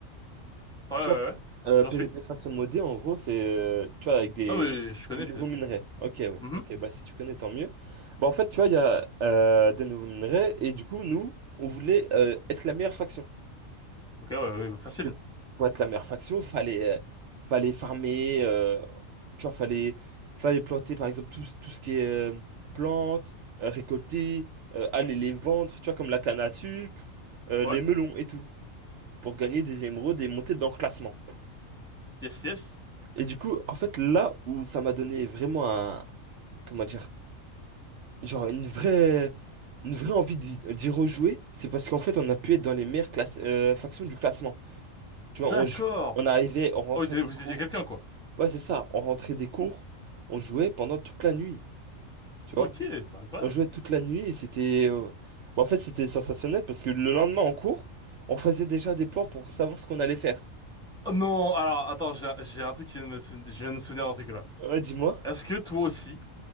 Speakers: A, in the centre; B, on the right (about 65°).
A: Ouais, ouais,
B: Tu vois,
A: ouais.
B: euh,
A: J'en
B: PVP
A: suis.
B: faction modée, en gros, c'est euh, tu vois, avec des,
A: Non, mais je connais,
B: des nouveaux
A: je connais, je
B: minerais.
A: connais.
B: Ok, ouais.
A: Mhm.
B: Ok, bah si tu connais, tant mieux. Bah en fait, tu vois, il y a euh, des nouveaux minerais et du coup, nous, on voulait euh, être la meilleure faction.
A: Ok, ouais, ouais, facile.
B: Que pour être la meilleure faction, fallait, euh, fallait farmer, euh, tu vois, fallait, fallait planter, par exemple, tout, ce- tout ce qui est euh, plantes, euh, récolter, euh, aller les vendre, tu vois, comme la canne à sucre, euh,
A: Ouais,
B: les melons et tout, pour gagner des émeraudes et monter dans le classement.
A: yes, yes.
B: Et du coup, en fait, là où ça m'a donné vraiment un, comment dire, genre une vraie, une vraie envie d'y d'y rejouer, c'est parce qu'en fait, on a pu être dans les meilleures classe, euh, factions du classement. Tu
A: D'accord.
B: vois, on, jou- on arrivait, on rentrait
A: Oh, vous étiez
B: des
A: vous
B: cours.
A: étiez quelqu'un, quoi.
B: Ouais, c'est ça, on rentrait des cours, on jouait pendant toute la nuit, tu vois.
A: Ok, c'est incroyable.
B: On jouait toute la nuit et c'était, euh, bon, en fait, c'était sensationnel parce que le lendemain en cours, on faisait déjà des plans pour savoir ce qu'on allait faire.
A: Oh non, alors, attends, j'ai un j'ai un truc qui vient de me souvenir, je viens de me souvenir d'un truc, là.
B: Ouais, dis-moi.
A: Est-ce que toi aussi,